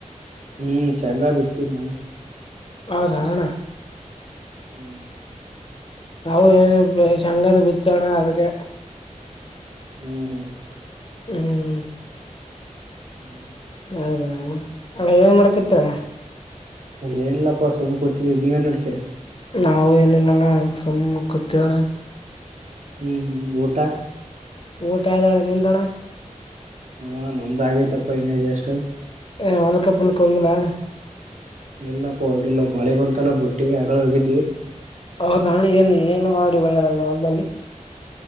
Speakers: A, on the right; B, on the left.
A: ಹ್ಮ್ ಶೆಂಗ ಬಿತಿ ನಾವು
B: ಹೌ ಸಣ
A: ಹ್ಮ್
B: ಅವು ಏನ ಶಂಗದ ಬಿತ್ತೋಣ್ಣ ಅದ್ಕ್ಕೆ
A: ಹ್ಮ್ ಹ್ಮ್
B: ಹ್ಮ್
A: ಹ್ಮ್
B: ಹೌದಾ ಆ ಏನ್ ಮಾಡಕತ್ತೀರ
A: ಏನಿಲ್ಲಾಪ್ಪಾ ಸುಮ್ ಕತಿದ್ದೀ ನೀವ ನ್ ನಡಚೀರಿ
B: ನಾವು ಏನಿಲ್ಲಣ ಅದ ಸುಮ್ಮ ಕೂತವಳ
A: ಹ್ಮ್ ಹ್ಮ್ ಊಟಾ
B: ಊಟ ಆ್ದಣ್ಣ ನಿಂತಣ
A: ಹಾ ನಮ್ದ ಆಗೈತಪ್ಪ ಇನ್ನೇಜಸ್ಟ್
B: ಏ್ ಮಲ್ಕ ಪುಲ್ಕ ಹೋಗಲಣ
A: ಎಲ್ಲಪ್ಪ ಹೋಗಲ್ಲ ಮಳೆ ಬಂತಲ್ಲ ಬಿಟ್ಟಿವವಿ ಆ ಹೋಗಿದ್ವಿ
B: ಹೌದಣ್ಣ ಏನು ಏನು ಮಾಡಿ ಒಂದರಣ ಮದಲ್ಲಿ